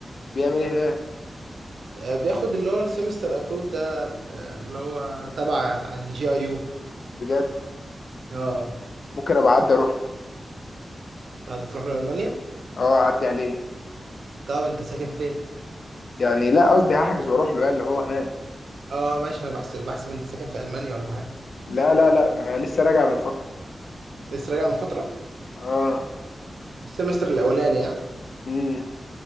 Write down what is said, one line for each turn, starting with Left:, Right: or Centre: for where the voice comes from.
Left: بيعمل ايه هناك
Right: آه، بياخد اللي هو السمستر ابرود ده اللي هو تبع الجي اي يو
Left: بجد
Right: اه
Left: ممكن ابقى اعدي اروح له
Right: انت هتروح له المانيا
Left: اه اعدي عليه
Right: طب انت ساكن فين
Left: يعني لا قصدي هحجز واروح له يعني اللي هو هناك
Right: اه ماشي انا بحسب بحسب انت ساكن في المانيا ولا حاجه
Left: لا لا لا انا لسه راجع من فترة
Right: لسه راجع من فتره
Left: اه
Right: السمستر الاولاني
Left: امم